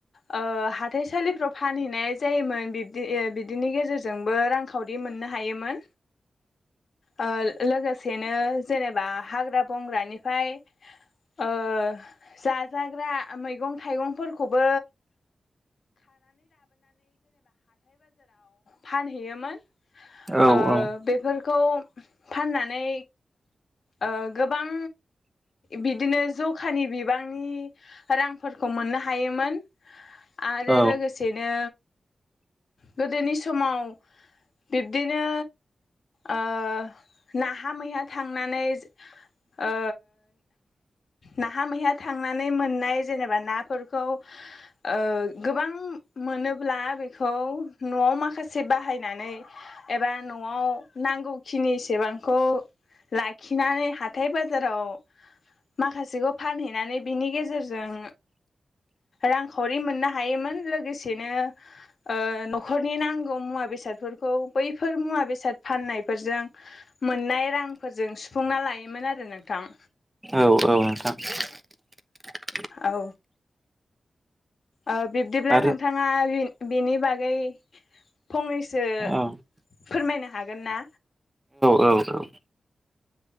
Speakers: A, on the left; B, on the right.
A: ओ हाथाइसालिफ्राव फानहैनाय जायोमोन बिबदि बिदिनि गेजेरजोंबो रांखावरि मोननो हायोमोन ओ लोगोसेनो जेनेबा हाग्रा बंग्रानिफ्राय ओ जाजाग्रा मैगं थाइगं फोरखौबो फानहैयोमोन
B: औ
A: ओ
B: औ
A: बेफोर खौ फाननानै ओ गोबां बिदिनो जखानि बिबांनि रांफोरखौ मोननो हायोमोन। आरो
B: औ
A: लोगोसेनो गोदोनि समाव बिब्दिनो ओ नाहा मैहा थां थांनानै ओ नाहा मैहा थांनानै मोननाय जेनेबा नाफोरखौ ओ गोबां मोनोब्ला बे खौ न'आव माखासे बाहाय नानै एबा न'आव नांगौखिनि सेबांखौ लाखिनानै हाथाय बा बाजाराव माखासेखौ फानहैनानै बिनि गेजेरजों रांखावरि मोननो हायोमोन लोगोसेनो ओ न'खरनि नांगौ मुवा बेसादफोरखौ बैफोर मुवा बेसाद फाननायफोरजों मोननाय रां फोरजों सुफुंना लायोमोन आ आरो नोंथां।
B: औ औ नोंथां <inaudible>
A: औ। ओ बिब्दिब्ला
B: आरो
A: नोंथाङा बि बिनि बागै फंनैसो
B: औ औ
A: फोरमायनो हागोन ना?
B: औ औ।